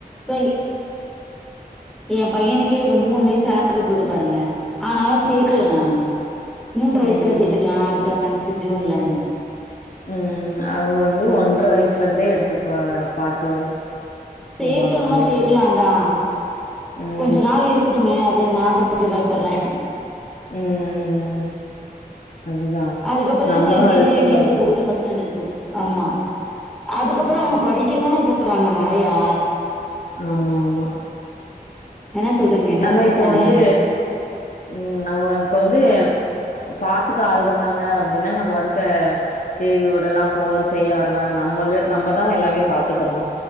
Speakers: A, in the centre; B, on the left (about 60°).
A: தை எ பையனுக்கே இப்ப மூணு வயசு ஆக போது பாருங்க ஆனாலு சே க்ல
B: ம்
A: நானு மூன்ற வயசுல
B: ம்
A: சேத்துக்கலா அடுத்த மந்த் ஜூன்லனு
B: ம் அவ வந்து ஒன்ற வயசுல இருந்தே எடுத்துப்பா பாத்து
A: சேக்கனுமா
B: வருவாங்க பிள்ளைங்கள
A: சேக்லா தா
B: ம்
A: கொஞ்ச நாள் இருக்கட்டுமே அப்டின்னு நா கொஞ்ச பயப்பட்ற
B: ம்ம் அதுதா
A: அதுக்கப்பறோ
B: நம்மளு
A: எல் கே
B: அதுக்குதா
A: ஜி யூ கே
B: பயப்படுறது
A: ஜி போட்டு் ஃபஸ்ட் ஸ்டாண்டர்ட் இப்போ ஆம்மா அதுக்கப்புறோ
B: ம்
A: அவங்க படிக்க தான போறாங்க நறையா
B: ஆமா ஆமா
A: என்ன சொல்றீங்க? கரெக்ட்டு
B: நம்ம இப்போ
A: தானே?
B: வந்து ம் நம இப்போ வந்து பாத்துக்க ஆள் இருக்காங்க அப்டின்னா நம்ம இருக்க சரி உடல்லா போ செய்ய வர்லா நம்மளே நம்மதா எல்லாமே பாத்துக்கணு